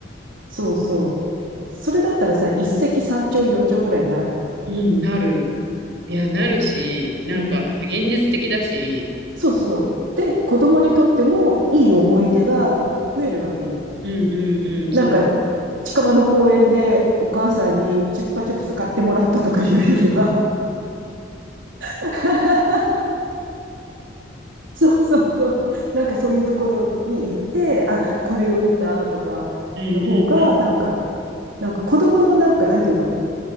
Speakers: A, on the right (about 85°); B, on the right (about 65°).
A: そうそう。それだったらさ、一石三鳥四鳥ぐらいにならない
B: に。うん、なる。いや、なるし、なんか、
A: うん。
B: 現実的だし、
A: そうそう。で、子供にとってもいい思い出が増えるわけよ。
B: うんうんうん、
A: なんか、
B: そうね。
A: 近場の公園でお母さんにチュッパチャプス買ってもらったとかいうよりは <laughs> そうそうそう。<laughs> なんかそういうところに行って、あ、これを見たとかの方が、
B: うんう
A: なんか、なんか子供のなんか、なんていうの